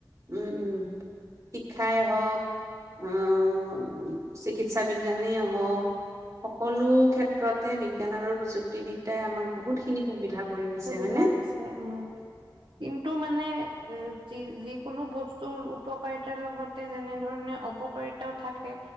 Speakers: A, on the right (about 35°); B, on the right (about 75°).
A: উম, উম, শিক্ষাই হওঁক অহ, চিকিৎসা বিজ্ঞানেই হওঁক সকলো ক্ষেত্ৰতে বিজ্ঞান আৰু প্ৰযুক্তিবিদ্যাই আমাক বহুতখিনি সুবিধা কৰি দিছে
B: সুবিধা
A: হয়নে?
B: দিছে উম। কিন্তু মানে এ, যি যিকোনো বস্তুৰ উপকাৰিতাৰ লগত তে যেনেধৰণে অপকাৰিতাও থাকে